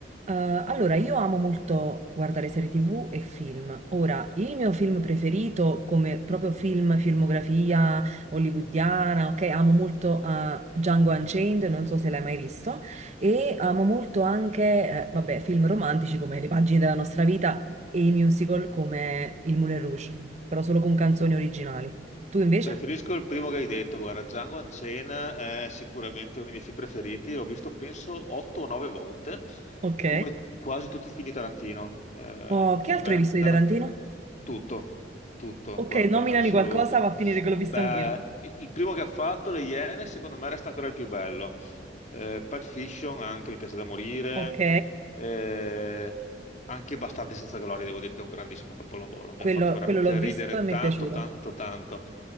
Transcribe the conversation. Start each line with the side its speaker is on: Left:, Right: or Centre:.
Right: Eh, allora, io amo molto guardare serie TV e film. Ora, il mio film preferito, come proprio film, filmografia hollywoodiana, ok? Amo molto eh, Django Unchained, non so se l'hai mai visto, e amo molto anche, eh, vabbè, film romantici come Le pagine della nostra vita e i musical come Il Moulin Rouge, però solo con canzoni originali. Tu invece?
Left: Preferisco il primo che hai detto, guarda, Django Unchained è sicuramente uno dei miei film preferiti, l'ho visto penso 8 o 9 volte,
Right: Ok.
Left: come quasi tutti i film di Tarantino. Eh, a
Right: Oh, che altro
Left: me
Right: hai visto
Left: Taran-
Right: di Tarantino?
Left: tutto, tutto,
Right: Ok,
Left: guarda,
Right: nominami
Left: in assoluto.
Right: qualcosa, va a finire che l'ho visto
Left: Beh,
Right: anch'io.
Left: il il primo che ha fatto, Le Iene, secondo me resta ancora il più bello. Eh, Pulp Fiction anche mi piace da morire.
Right: Ok.
Left: Eh, anche Bastardi senza gloria, devo dire che è un grandissimo capolavoro. Mi
Right: Quello,
Left: ha fatto veramente
Right: quello l'ho visto
Left: ridere
Right: e mi
Left: tanto,
Right: è piaciuto.
Left: tanto, tanto.